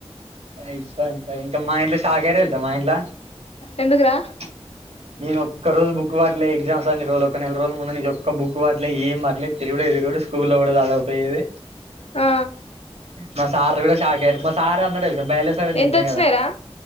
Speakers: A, on the right; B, on the left.
A: eight point five ఇంకా మా ఇంట్ల షాక్ అయ్యారు తెలుసా మా ఇంట్ల
B: ఎందుకు రా
A: ఆ నేను ఒక్కోజు బుక్కు వట్లే ఎగ్జామ్ అన్ని రజు ఒక నెల రోజుల ముందు నించి ఒక్క బుక్కు వట్లే ఏం బాట్లేదు తిరుగుడే తిరుగుడు స్కూల్ల కూడ సదువపోయేది
B: ఆ
A: మా సార్లు కూడా షాక్ అయ్యారు మా సార్ అన్నడు తెలుసా బైలోజీ సారు అని చెప్పినా
B: ఎంత వచ్చినాయిరా
A: కదా